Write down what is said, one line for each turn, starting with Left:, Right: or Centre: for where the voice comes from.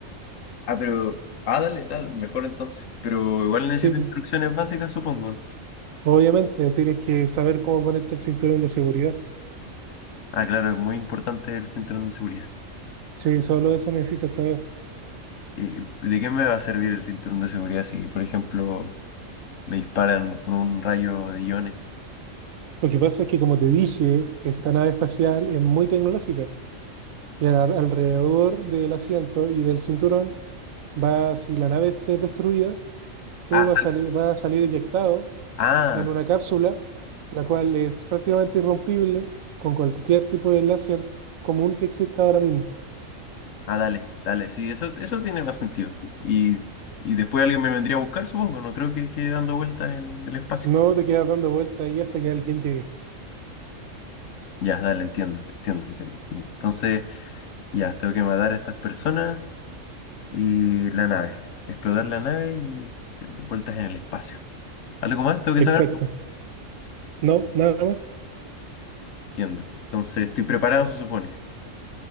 Left: Ah, pero, ah, dale, dale, mejor entonces. Pero igual necesito
Right: Sí, po.
Left: instrucciones básicas, supongo. ¿no?
Right: Obviamente, tienes que saber cómo ponerte el cinturón de seguridad.
Left: Ah, claro, es muy importante el cinturón de seguridad.
Right: Sí, solo eso necesitas saber.
Left: Eh, ¿De qué me va a servir el cinturón de seguridad si, por ejemplo... Me disparan con un rayo de iones.
Right: Lo que pasa es que, como te dije, esta nave espacial es muy tecnológica y al- alrededor del asiento y del cinturón va, si la nave es destruida, tú
Left: Ah,
Right: vas
Left: sal-
Right: a salir, vas a salir eyectado
Left: ah,
Right: en una cápsula, la cual es prácticamente irrompible con cualquier tipo de láser común que exista ahora mismo.
Left: ah, dale, dale. Sí, eso, eso tiene más sentido. Y, y después alguien me vendría a buscar, supongo. No creo que quede dando vueltas en el espacio.
Right: No te quedas dando vueltas ahí hasta que alguien llegue.
Left: Ya, dale, entiendo, entiendo, entiendo. Entonces, ya, tengo que matar a estas personas y la nave. Explotar la nave y vueltas en el espacio. ¿Algo más? Tengo que saber.
Right: Exacto. No, nada más.
Left: Entiendo. Entonces, estoy preparado, se supone.